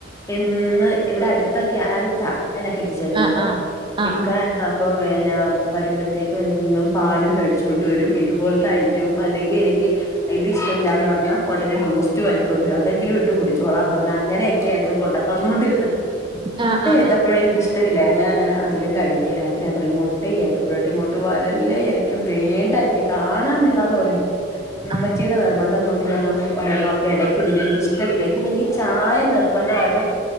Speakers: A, on the left (about 15°); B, on the right (about 25°).
A: എന്ന് ഇവിടെ അടുത്തൊക്കെ അടുത്താ ന്നനെ കെട്ടിച്ചേക്കുന്ന
B: ആഹ്
A: അപ്പൊ
B: ആഹ് ആഹ്
A: ഇക്കാ അപ്പൊ വേന വരുമ്പോഴത്തേക്കു എന്നും പാലും മേടി ച്ചോണ്ട് വരും ഇതുപോലത്തെ ഐറ്റവും അല്ലെങ്കി എനിക്ക് ഇഷ്ടമില്ല എന്ന് പറഞ്ഞാ ഒടനെ ബൂസ്റ്റ് വയിക്കൊണ്ട വരും അതെങ്കിലും ഇട്ട് കുടിച്ചോളൻ പറ അങ്ങനെയൊക്കെയ ആയിരുന്നു കൊണ്ടത്തന്നൊണ്ടിരന്ന്
B: ആഹ്
A: മുട്ട
B: ആഹ്
A: ഏത്തപ്പഴോ
B: ആഹ് ആഹ്
A: എനിക്ക ഇഷ് ഇറ്റമില്ലായിരുന്നു ഞാൻ അങ്ങെ അധികം കഴിക്കല്ല അപ്പ ഞൻ പറയും മുട്ട ഏത്തപ്പോഴായിട്ട് ഇങ്ങോട്ട് വരല്ലേ എനിക്ക് വേണ്ട എനിക്ക് കാണാൻ മേലാന്ന് പറയും ഉമ്മച്ചിയുടെ
B: ആഹ്
A: നിർബന്ധം കൊണ്ട് ഞാനോ ഒരെണ്ണം ഒക്കെ എടയ്ക്ക് തിന്നും എനിക്ക് ഇഷ്ടമില്ല എങ്കിൽ എനിക്ക് ചായ നിർബന്ധമായിട്ടും